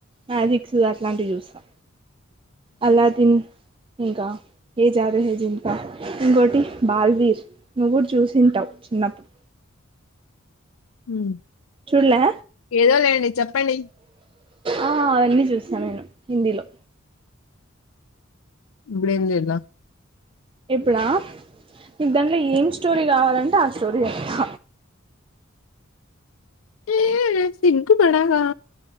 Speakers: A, on the right; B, on the left.
A: మ్యాజిక్స్ అలాంటివి చూస్తా అల్లాదిన్ ఇంకా ఏ జాదు హె జిన్కా ఇంకోటి బాల్వీర్ నువ్వు కూడా చూసింటావు చిన్నప్పుడు
B: ఉమ్
A: చూడలే
B: ఏదో లేండి చెప్పండి
A: ఆ అవన్నీ చూస్తా నేను హిందీలో
B: ఇప్పుడేం చెయ్యాల్ల
A: ఇప్పుడా నకు దాంట్లో ఏం స్టోరీ కావాలంటే ఆ స్టోరీ చెప్తా
B: ఉమ్ సింగ్గు పడాలా